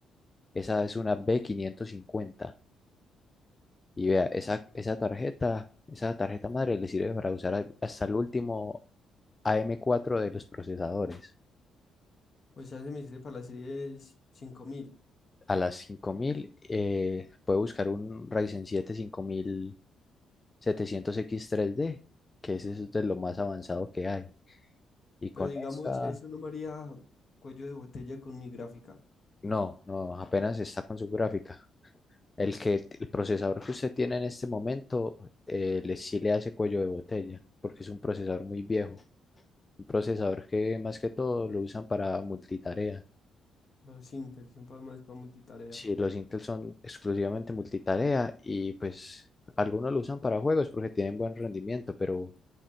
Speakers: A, on the left; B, on the left.
A: Esa es una b quinientos cincuenta Y vea, esa, esa tarjeta, esa tarjeta madre le sirve para usar a- hasta el último am cuatro de los procesadores.
B: O sea, se me sirve para la serie es cinco mil
A: A las 5000 eh, puede buscar un Ryzen siete cinco mil setecientos x tres d que ese es de lo más avanzado que hay. Y
B: Pero
A: con
B: digamos,
A: esta,
B: eso no me haría cuello de botella con mi gráfica.
A: no, no, apenas está con su gráfica. El que, el procesador que usted tiene en este momento, eh, le, sí le hace cuello de botella, porque es un procesador muy viejo. Un procesador que más que todo lo usan para multitarea.
B: Los Intel son para más para multitarea.
A: Sí, los Intel son exclusivamente multitarea y pues algunos lo usan para juegos porque tienen buen rendimiento, pero